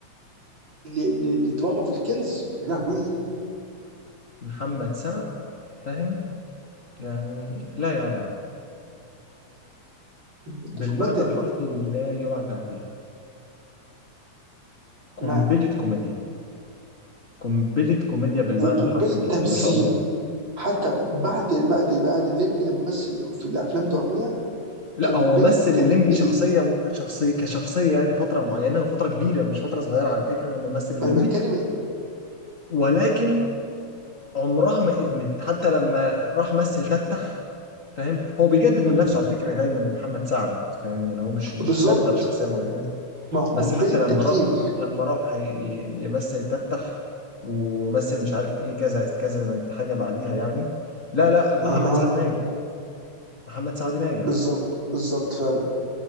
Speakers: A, on the right; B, on the left.
A: ل- ل- لدراما في الكنز يا لهوي
B: محمد سعد فاهم يعني لا يعلى عليه
A: اتفق
B: بالمعنى
A: مين تاني
B: الحرفي لا يعلى عليه قنبلة
A: معاك
B: كوميديا قنبلة كوميديا بالمعنى
A: وقنبله
B: الحرفي بجد
A: تمثيل
B: ما شاء الله
A: حتى بعد بعد بعد الليمبي لما مثل في الافلام الدراميه
B: لا
A: قنبله
B: هو مثل الليمبي
A: تمثيل
B: شخصية شخصية كشخصية يعني فترة معينة وفترة كبيرة مش فترة صغيرة على فكرة لما مثل الليمبي
A: ما انا بتكلم
B: ولكن عمرها ما ادمت حتى لما راح مثل تتح فاهم هو بيجدد
A: مم.
B: من نفسه على فكرة دايما محمد سعد فاهم يعني هو مش مش
A: بالظبط
B: ثابت على شخصية معينة
A: ما قنبله
B: بس حتى لما
A: تمثيل
B: راح لما راح ي- ي- يمثل تتح ومثل مش عارف ايه كذا كذا حاجة بعديها يعني لا لا محمد
A: اها
B: سعد ناجح محمد سعد ناجح
A: بالظبط بالظبط فعلا